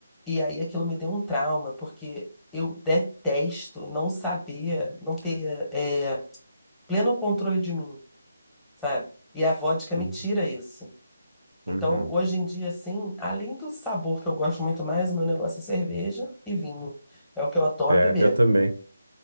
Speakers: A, in the centre; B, on the right.
A: E aí aquilo me deu um trauma, porque eu detesto não saber, não ter é, pleno controle de mim, sabe? E a vodka me
B: Uhum.
A: tira isso. Então,
B: Uhum.
A: hoje em dia, assim, além do sabor que eu gosto muito mais, o meu negócio é cerveja e vinho. É o que eu adoro
B: É,
A: beber,
B: eu também.